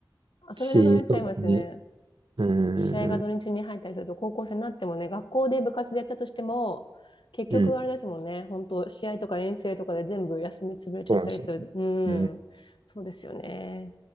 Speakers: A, on the left (about 75°); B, on the right (about 80°).
A: ん。
B: し、
A: 遊べなくなっちゃいますよね。
B: そうですね。うーん、
A: 試合が土日に入ったりすると、高校生になってもね、学校で部活でやったとしても、結局あれですもんね、
B: うん、
A: 本当試合とか遠征とかで全部休み潰れちゃったりするうん、
B: そうなんですよね。うん
A: そうですよね。